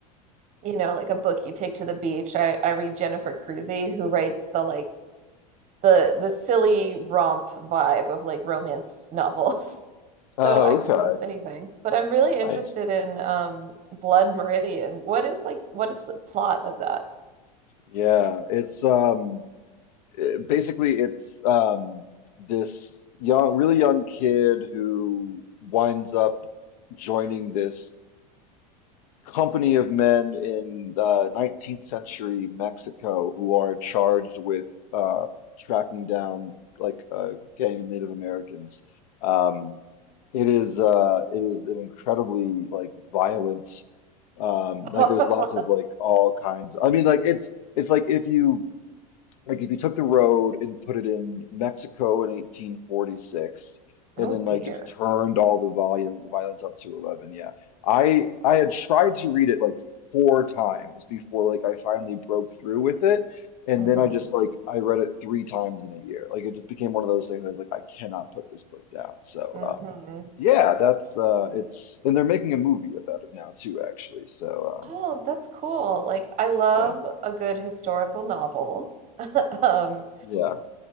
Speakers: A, on the right; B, on the left.
A: you know, like a book you take to the beach, I, I read Jennifer Cruzy, who writes the like the the silly romp vibe of like romance novels. <laughs>
B: Oh,
A: So I can
B: okay.
A: do most anything. But I'm really
B: Nice.
A: interested in um Blood Meridian. What is like what is the plot of that?
B: Yeah, it's um it- basically it's um this young really young kid who winds up joining this company of men in uh, 19th century Mexico who are charged with uh, tracking down like a gang of Native Americans. Um, it is uh, it is an incredibly like violent um,
A: <laughs>
B: like there's lots of like all kinds. I mean like it's it's like if you like if you took the road and put it in Mexico in 1846 and
A: Oh
B: then like
A: dear.
B: just turned all the volume the violence up to 11 yeah I I had tried to read it like four times before like I finally broke through with it and
A: hmm
B: then I just like I read it three times in a year like it just became one of those things I was like I cannot put this book down so
A: hmm
B: um yeah that's uh it's and they're making a movie about it now too actually so um
A: Oh, that's cool. Like, I love
B: yeah
A: a good historical novel. <laughs> Um,
B: Yeah.